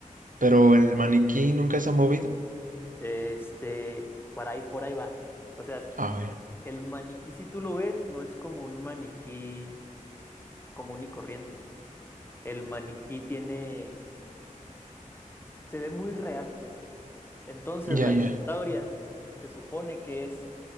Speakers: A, on the right; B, on the left.
A: Pero el maniquí nunca se ha movido.
B: Este, por ahí, por ahí va. O sea, s-
A: A ver,
B: el maniquí, si tú lo ves, no es como un maniquí común y corriente. El maniquí tiene se ve muy real, pues. Entonces
A: ya,
B: la
A: ya.
B: historia se supone que es